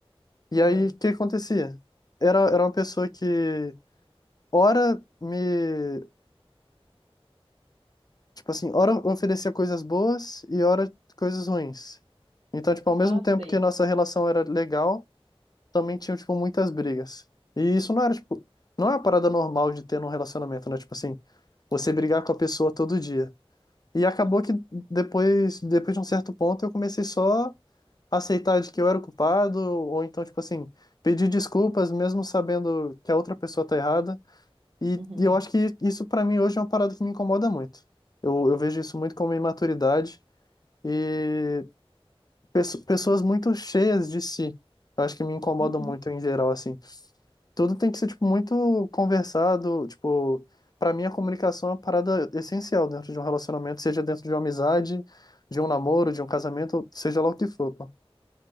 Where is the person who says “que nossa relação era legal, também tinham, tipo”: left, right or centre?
Left